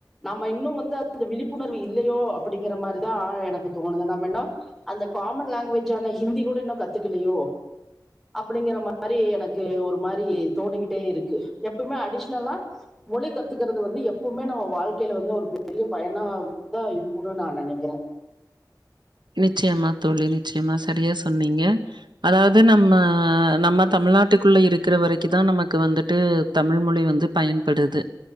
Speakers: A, in the centre; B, on the right.
A: நம்ம இன்னும் வந்து அந்த விழிப்புணர்வு இல்லயோ அப்டிங்கிற மாரிதா எனக்கு தோணுது நம்ம என்னா அந்த காமன் லாங்குவேஜ் ஆனா ஹிந்தி கூட இன்னும் கத்துக்கலையோ அப்டிங்கிற மாரி எனக்கு ஒரு மாரி தோணிக்கிட்டே இருக்கு எப்பவுமே அடிஷனலா மொழி கத்துக்கிறது வந்து எப்பவுமே நம்ம வாழ்க்கையில வந்து ஒரு பெரிய பயனா தா இருக்கணும் நா நினைக்கிறேன்
B: நிச்சயமா தோழி நிச்சயமா சரியா சொன்னீங்க அதாது நம்ம நம்ம தமிழ்நாட்டுக்குள்ள இருக்கிற வரைக்குதான் நமக்கு வந்துட்டு தமிழ்மொழி வந்து பயன்படுது